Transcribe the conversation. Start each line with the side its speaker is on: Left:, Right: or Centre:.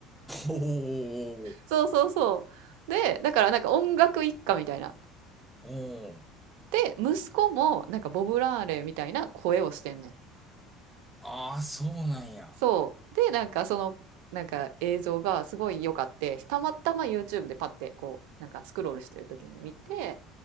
Centre: おー。
Right: そうそうそう。で、だからなんか音楽一家みたいな。
Centre: おー。
Right: で、息子もなんかボブ・ラーレーみたいな声をしてんねん。
Centre: ああ、そうなんや。
Right: そう。で、なんかその、なんか映像がすごい良かって、たまたま YouTube でパッてこう、なんかスクロールしてる時に見て、